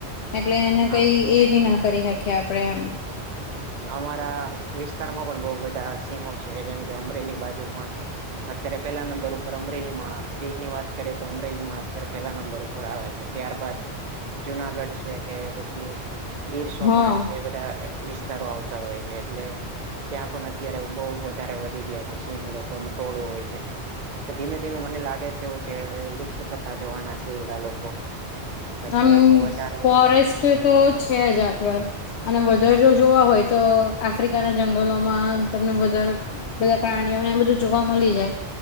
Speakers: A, on the left; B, on the right.
A: એટલે એને
B: હા
A: કઈ એ બી ના કરી હકીયે આપણેે એમ
B: અમારા વિસ્તારમાં પણ બઉ બધા સિંહો છે જેમ કે અમરેલી બા જુ પણ અત્યારે પેલા નંબર ઉપર અમરેલીમાં સિંહ ની વાત કરીએ તો અમરેલી માં અત્યારે પેલા નંબર ઉપર આવે છે ત્યારબાદ જુનાગઢ છે કે પછી ગીર સોમનાથ
A: હા
B: છે બધા વિ સારો આવતા હોય છે એટલે. ત્યાં પણ અત્યારે બહુ વધારે વધી ગયા છે સિંહ લોકોનું ટોળું હોય છે. કે ધીમે ધીમે મને લાગે છે એવું કે લુપ્ત થતા જવાના છે એવડા લોકો એટલે
A: આમ
B: એમાં વધારો
A: ફોરેસ્ટ
B: તો
A: તો છે જ આપડ અને વધારે જો જોવા હોય તો આફ્રિકાના જંગલોમાં તમને વધારે બધા પ્રાણીઓને બધું જોવા મળી જાય